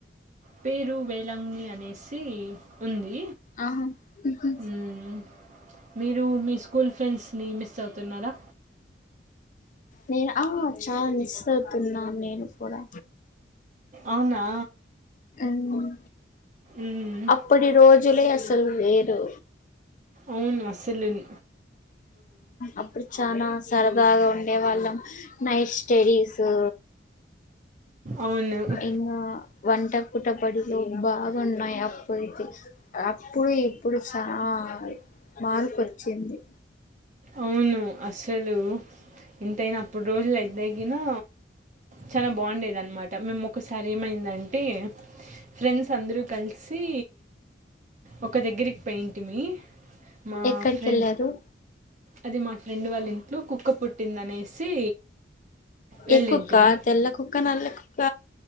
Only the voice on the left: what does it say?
ఆహా ఉహు
నేను ఆ చాలా మిస్ అవుతున్నాను నేను కూడా
మ్మ్
అప్పుడు రోజులు అస్ ఎవరు లేరు
అప్పుడు చానా సరదగా ఉం ఉండే వాళ్ళం నైట్ స్టడీస్ దో
ఇంకా వంట కూట పడిలో బాగున్నాయి అప్పుతే అప్పుడు ఇప్పుడు చాలా మార్ప్ వచ్చింది.
ఎక్కడికి
వెళ్ళారు
ఏ కుక్క తెల్ల కుక్క నల్ల కుక్క